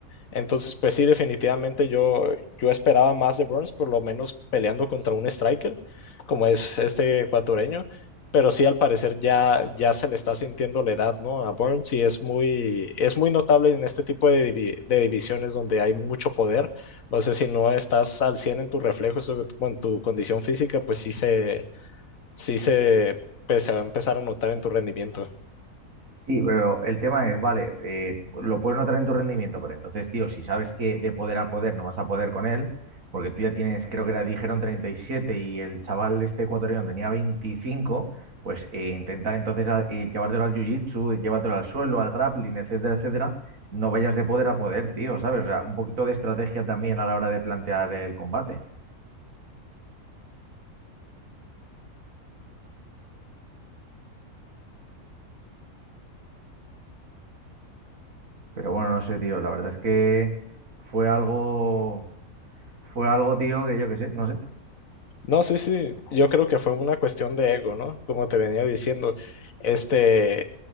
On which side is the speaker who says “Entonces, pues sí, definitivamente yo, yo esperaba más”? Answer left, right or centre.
Left